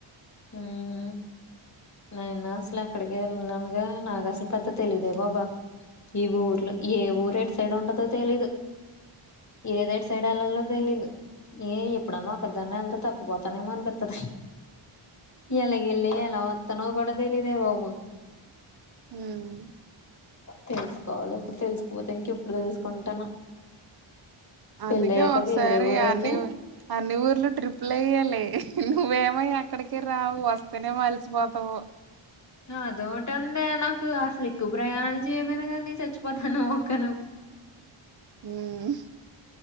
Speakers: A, on the left (about 35°); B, on the right (about 45°).
A: ఉమ్ నైనా అసలు అక్కడికి వెళ్ళనుగా నాకు అసలు పెద్ద తెలిదే బాబా ఇవ్ ఏ ఊరు ఎట్ సైడ్ ఉంటదో తెలీదు ఏదెటుసైడ్ ఎళ్ళాలో తెలీదు ఏ ఎప్పుడన్నా ఒకదాన్నే ఎళ్తే తప్పిపోతానేమో అనిపిత్తది ఎలాగెల్లి ఎలా వత్తానో కూడి తెలిదే బాబు
B: ఉమ్
A: తెలుసుకోవాలి ఇప్పుడు తెలుసుపోతే ఇంకెప్పుడు తెలుసుకుంటానో
B: అందుకే
A: పెళ్ళయ్యాక
B: ఒకసారి
A: వేరే ఊరైతే
B: అన్ని అన్ని ఊర్లు ట్రిప్పులు ఎయ్యాలి నువ్వేమొ ఎక్కడికి రావు వస్తేనే అలిసిపోతావు
A: అదోకటుందే నాకు అసలు ఎక్కువ ప్రయాణాలు చేయపోయినా కానీ చచ్చిపోతాను ఓక్కను
B: ఉమ్